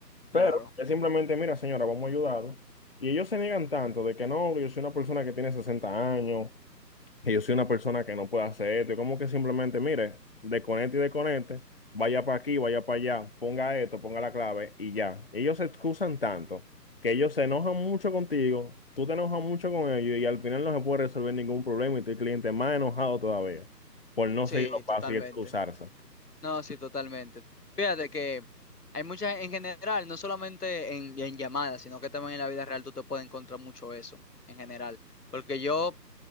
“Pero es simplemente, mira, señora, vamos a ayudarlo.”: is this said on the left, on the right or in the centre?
Left